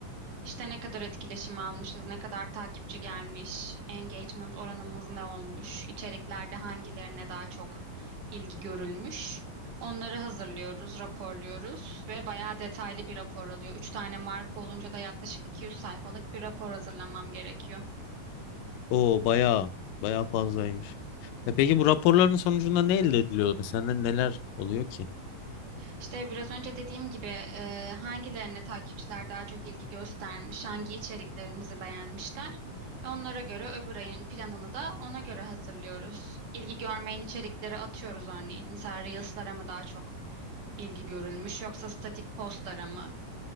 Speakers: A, on the right; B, on the left.
A: İşte ne kadar etkileşim almışız, ne kadar takipçi gelmiş, engagement oranımız ne olmuş, içeriklerde hangilerine daha çok ilgi görülmüş. Onları hazırlıyoruz, raporluyoruz ve bayağı detaylı bir rapor alıyor. Üç tane marka olunca da yaklaşık 200 sayfalık bir rapor hazırlamam gerekiyor.
B: O bayağı bayağı fazlaymış. E peki bu raporların sonucunda ne elde ediliyor? Mesela ne- neler oluyor ki?
A: İşte biraz önce dediğim gibi e, hangilerine takipçiler daha çok ilgi göstermiş, hangi içeriklerimizi beğenmişler. E, Onlara göre öbür ayın planını da ona göre hazırlıyoruz. İlgi görmeyen içerikleri atıyoruz örneğin. Mesela Reels'lara mı daha çok ilgi görülmüş yoksa statik postlara mı?